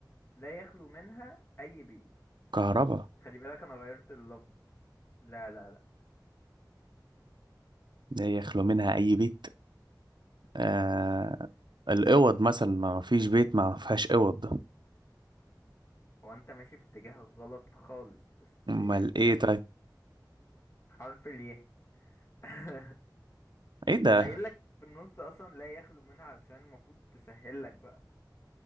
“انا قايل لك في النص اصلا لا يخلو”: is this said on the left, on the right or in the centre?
Left